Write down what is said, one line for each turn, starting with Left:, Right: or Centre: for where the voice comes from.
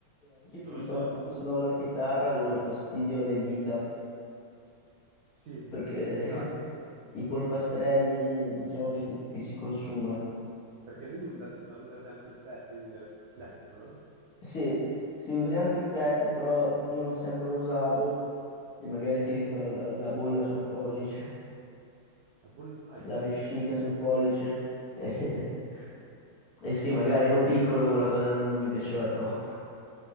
Left: Anch'io
Right: non
Left: mi ricordo
Right: lo so,
Left: quando
Right: tu...
Left: suonavo la chitarra avevo il fastidio alle dita,
Right: Sì,
Left: perché
Right: sì, esatto.
Left: <laughs> i polpastrelli
Right: Perché
Left: diciamo che ti ti si consumano.
Right: Perché lì usa- ma usate anche il, pe- il plettro, no?
Left: Sì, si usi anche il plettro, però io non sempre lo usavo e magari ti veniva la, la bolla sul pollice,
Right: La boll- Aia.
Left: <laughs> la vescica sul pollice.
Right: Ma-
Left: <laughs> E, e sì, magari ero piccolo, quella cosa non, non mi piaceva troppo.